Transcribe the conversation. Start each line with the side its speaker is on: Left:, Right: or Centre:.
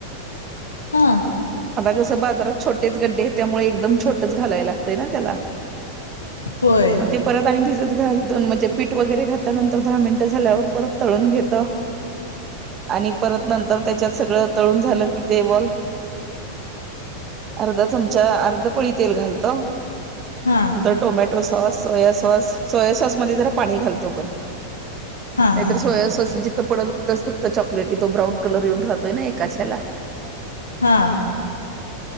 Left: हा
Right: आता कसं बाजारात छोटेच गड्डे त्यामुळे एकदम छोटच घालायला लागतंय ना त्याला
Left: होय.
Right: मग ते परत आणि भिजत घालून म्हणजे पीठ वगैरे घातल्यानंतर दहा मिनिटं झाल्यावर परत तळून घेताव आणि परत नंतर त्यांच्यात सगळं तळून झालं की ते बॉल अर्धा चमचा अर्ध पोळी तेल घालतो नंतर
Left: हा
Right: टोमॅटो टो sauce soya sauce soya sauce मध्ये जरा पाणी घालतो पण नाही
Left: हा हा
Right: तर सोया साॅस जि त पडल तिथंच फक्त चॉकलेट तो ब्राउन कलर येऊन राहतोय ना एकाच हेला
Left: हा